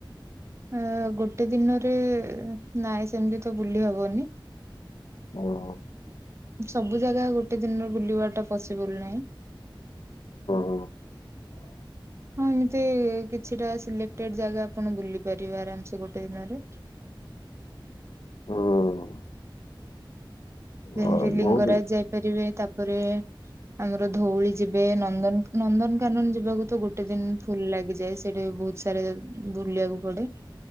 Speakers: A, on the right; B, on the left.
A: ଆ ଗୋଟେ ଦିନରେ ନାଇଁ ସେମିତି ତ ବୁଲି ହବନି
B: ହ ହ
A: ସବୁ ଜାଗା ଗୋଟେ ଦିନରୁ ବୁଲିବା ଟା ପସିବୁଲ ନାହିଁ
B: ହଁ
A: ହଁ ଏମିତି କିଛିଟା ସିଲେକ୍ଟେଡ ଜାଗା ଆପଣ ବୁଲି ପାରିବେ ଆରାମ ସେ ଗୋଟେ ଦିନରେ
B: ହୁଁ
A: ଯେମିତି
B: ଅ,
A: ଲିଙ୍ଗରାଜ
B: ବହୁତ
A: ଯାଇପାରିବେ ତାପରେ ଆମର ଧଉଳି ଯିବେ ନନ୍ଦନ ନନ୍ଦନକାନନ ଯିବାକୁ ତ ଗୋଟେ ଦିନ ଫୁଲ ଲାଗିଯାଏ ସେଠି ବହୁତ ସାରା ବୁଲିଆକୁ ପଡେ।